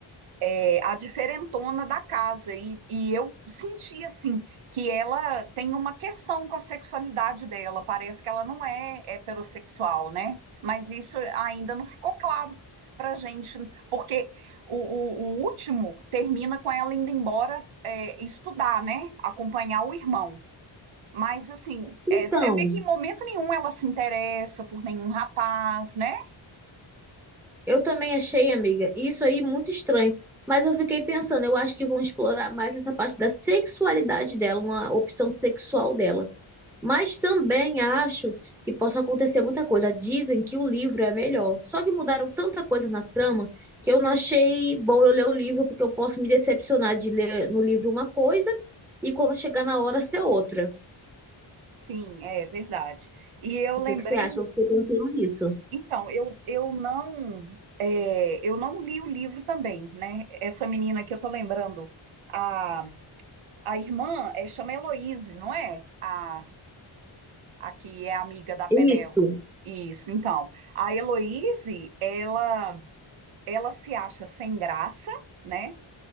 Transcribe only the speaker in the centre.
Então.
Eu também achei, amiga, isso aí muito estranho. Mas eu fiquei pensando, eu acho que vão explorar mais essa parte da sexualidade dela, uma opção sexual dela. Mas também acho que possa acontecer muita coisa. Dizem que o livro é melhor. Só que mudaram tanta coisa na trama que eu não achei bom eu ler o livro, porque eu posso me decepcionar de ler no livro uma coisa e quando chegar na hora ser outra.
O
que que você acha? Eu fiquei pensando nisso.
Isso.